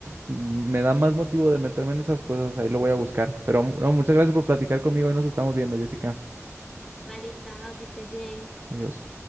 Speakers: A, on the right (about 45°); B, in the centre.
A: mm, me da más motivo de meterme en esas cosas, ahí lo voy a buscar. Pero no, muchas gracias por platicar conmigo y nos estamos viendo, Jessica.
B: Vale, chao, que estés bien.
A: Adiós.